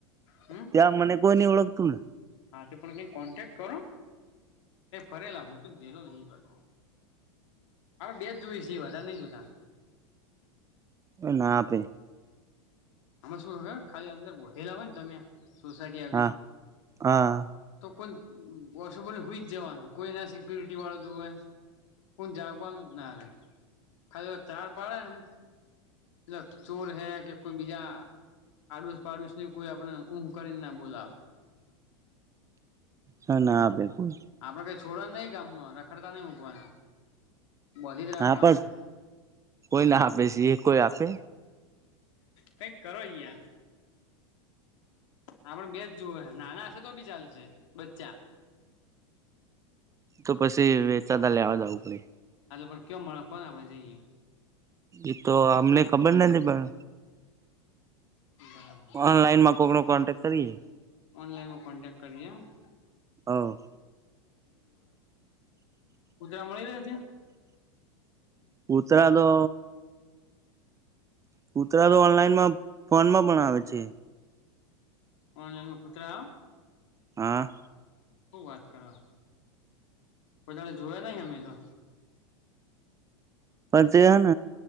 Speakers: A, on the left; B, on the right.
A: હમ્મ.
B: ત્યાં મને કોઈ નઈ ઓળખતું
A: હા તે પણ કઈ કોન્ટેક કરો એ ફરેલા હું તો જેેલો નહી બાર. આપડ બે જ જોઈ સી વાધાર નઈ જોતા.
B: અ ના આપે.
A: આમાં શું ખ ખાલી અંદર બોધેલા હોય ને તમે સોસાયટી આગળ.
B: હા હા
A: તો કોન વોશુભને હુંઈ જવાનું કોઈને સિક્યુરિટી વાળો જોવે કોણ જાગવાનું જ નારે, ખાલી તો ચાર પાડે ને તલબ ચોર હૈ કે કોઈ બીજા આડુસ પાડુસ ની કોઈ આપડે ઊં કરીને ના બોલાવે.
B: હા ના ભેગું
A: આપડે કઈ છોડવાના નઈ ગામ માં રખડતા નઈ મૂકવાના બોધી જ રાખવાના
B: આપે
A: હે.
B: કોઈ ના આપે સી. એ. કોઈ આપે.
A: કઈક કરો યાર. આપડ બે જ જુએ હે નાના હશે તો બી ચાલશે બચ્ચા.
B: તો પછી વેચાતા લેવા જવું પડે.
A: આટલે પણ કયો મળે કોન આપણે જઈએ.
B: એતો અમને ખબર નથી પણ
A: <inaudible>
B: ઓનલાઈનમાં કોઈનો કોન્ટેક્ટ કરીએે.
A: ઓનલાઈનમાં કોન્ટટેક્ટ કરીએ એમ.
B: હ અ.
A: હમ્મ બરાબર. કુતરા મળી રહ્યા છે.
B: કુતરા તો કૂતરા તો ઓનલાઈનમાં ફોન માં પણ આવે છે.
A: ઓનલાઈન માં કુતરા હ.
B: હા.
A: શું વાત કરો કોઈ દાડ જોયા નહિ અમે તો.
B: પર તે હ ન.